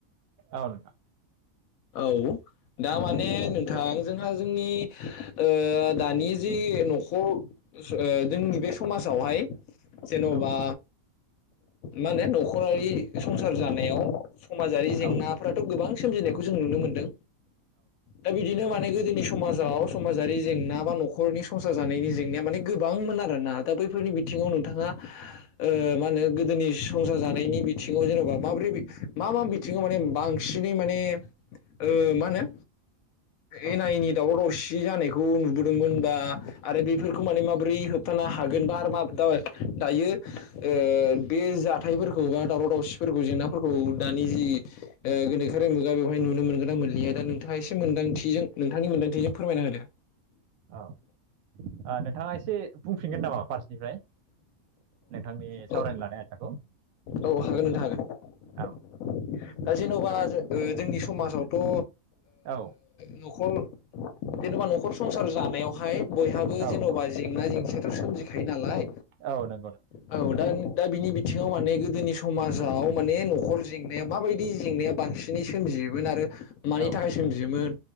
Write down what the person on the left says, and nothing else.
औ दा माने नोंथां जोंहा जोंनि ओ दानि जि न'खर ओ जोंनि बे समाजावहाय जेन'बा
मा होनो न'खरारि संसार जानायाव समाजारि जेंनाफोराथ'
गोबां सोमजिनायखौ जों नुनो मोनदों दा बिदिनो माने ने गोदोनि समाजाव समाजारि जेंना बा न'खरनि संसार जानायनि जेंनाया माने गोबांमोन आरोना दा बैफोरनि बिथिंङाव नोंथाङा ओ मा होनो गोदोनि संसार जानायनि बिथिंङाव जेन'बा माब्रै मा मा बिथिंङाव माने बांसिनै माने ओ मा होनो
एना एनि दावराव दावसि जि जानायखौ नुबोदोंमोनबा आरो बेफोरखौ माने माबोरै होबथानो हागोनबा आरो मा <unintelligible> दायो ओ बे जाथायफोरखौ बा दावराव दावसिफोरखौ जेंनाफोरखौ दानि जि ओ गोनोखोआरि मुगा बे नुनो मोनगोना मोन्या दा नोंथाङा एसे मोनदांथिजोंनि मोनदांथिजों फोरमायना होदो
औ
औ हागोन नोंथां हागोन
दा जेन'बा जोंनि समाजावथ' ओ
न'खर जेनबा न'खर संसार जानायावहाय बयहाबो
जेन'बा
जेंना जेंसियाथ' सोमजिखायो नालाय
औ दा दा बिनि बिथिंङाव माने गोदोनि समाजाव माने न'खर जेंनायाव माबायदि जें या बांसिनै सोमजियोमोन आरो मानि
थाखाय सोमजियोमोन